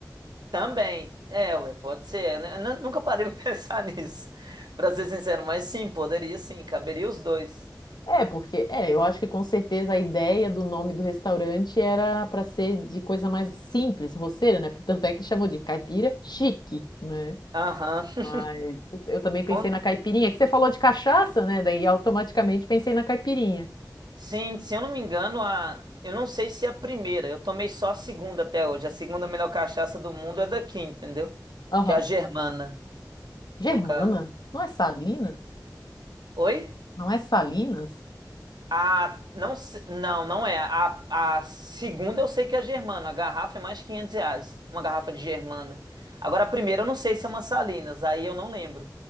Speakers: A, on the right; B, on the left.
A: Também. É, ué, pode ser. Eu n- eu nunca parei pra <laughs> pensar nisso, pra ser sincero, mas sim, poderia sim, caberia os dois.
B: É, porque é, eu acho que com certeza a ideia do nome do restaurante era para ser de coisa mais simples, roceiro, né? Tanto é que chamou de caipira chique, né?
A: Aham.
B: Mas eu também pensei
A: Con-
B: na caipirinha, que você falou de cachaça, né? Daí automaticamente pensei na caipirinha.
A: Sim, se eu não me engano, a... eu não sei se é a primeira, eu tomei só a segunda até hoje. A segunda melhor cachaça do mundo é daqui, entendeu?
B: Aham.
A: Que é a Germana,
B: Germana?
A: no caso.
B: Não é Salina?
A: Oi?
B: Não é Salinas?
A: A, não, se- não, não é. A, a segunda eu sei que é a Germana. A garrafa é mais de 500 reais. Uma garrafa de Germana. Agora, a primeira eu não sei se é uma Salinas. Aí eu não lembro.